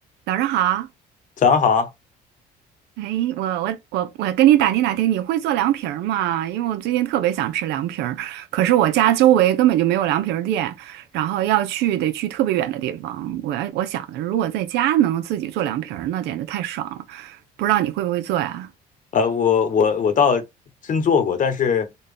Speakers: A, on the right; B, on the left.
A: 早上好，
B: 早上好啊，
A: 哎，我我我我跟你打听打听，你会做凉皮儿吗？因为我最近特别想吃凉皮儿，可是我家周围根本就没有凉皮儿店，然后要去得去特别远的地方。我要我想的，如果在家能自己做凉皮儿，那简直太爽了。不知道你会不会做呀？
B: 呃，我我我倒真做过，但是